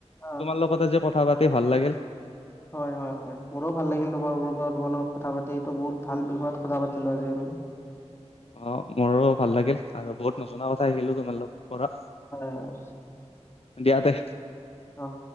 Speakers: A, on the left; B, on the left.
A: অ
B: তোমাৰ লগত আজি কথা পাতি ভাল লাগিল।
A: হয়, হয়, হয়। হয় মোৰো ভাল লাগিল তোমাৰ ৰ পৰা তোমাৰ লগত কথা পাতি এইটো বহুত ভাল বিয়ত কথা পাতিলো আজি আমি।
B: অ' মোৰো ভাল লাগিল আৰু বহুত নজনা কথা শিকিলো তোমালোকৰ পৰা।
A: উ <unintelligible>
B: এ দিয়য়াতে।
A: অহ।